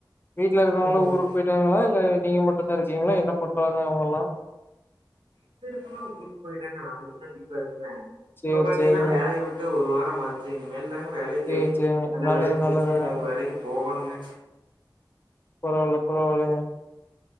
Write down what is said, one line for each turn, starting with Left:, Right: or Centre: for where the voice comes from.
Left: வீட்டுல இருக்கவங்களா
Right: ம்
Left: ஊருக்கு போயிட்டாங்களா இல்ல நீங்க மட்டு தா இருக்கீங்களா என்ன பண்றாங்க அவங்க எல்லா
Right: வீட்டுள்ளா இருக்கோங்கள்ளா ஊருக்கு போயிட்டாங்க நா மட்டு தா வீட்ல இருக்க
Left: சேரி
Right: இப்ப பாத்தீங்கன்னா
Left: சேரிங்க
Right: வேலைய விட்டு ஒரு வார மாச்சு இனி மேல் தாங்க வேலைய
Left: சேரி
Right: தேடி
Left: சேரிங்க
Right: நல்ல
Left: நல்லது
Right: வேலையா புடிச்சு
Left: நல்லதுங்க
Right: இன்னொரு வேலைக்கு போகணுங்க
Left: பரவாயில்ல பரவாயில்லங்க